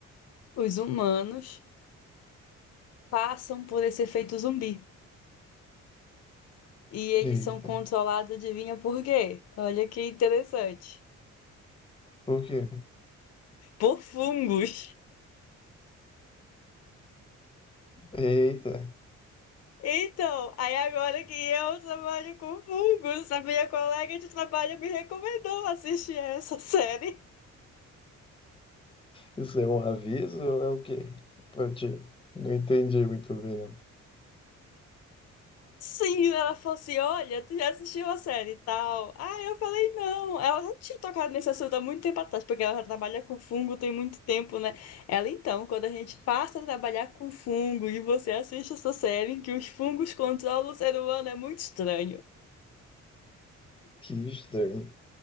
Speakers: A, on the left; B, on the left.
A: os humanos passam por esse efeito zumbi e eles
B: Eita,
A: são controlados, adivinha por quê? Olha que interessante.
B: por quê?
A: Por fungos.
B: Eita,
A: Então, aí agora que eu trabalho com fungos, a minha colega de trabalho me recomendou assistir essa série.
B: isso é um aviso ou é o quê? Pra ti? Não entendi muito bem, não.
A: Sim, ela falou assim: Olha, tu já assistiu a série e tal. Ah, eu falei: Não. Ela já tinha tocado nesse assunto há muito tempo atrás, porque ela já trabalha com fungo tem muito tempo, né? Ela, então, quando a gente passa a trabalhar com fungo e você assiste essa série em que os fungos controlam o ser humano, é muito estranho.
B: Que estranho.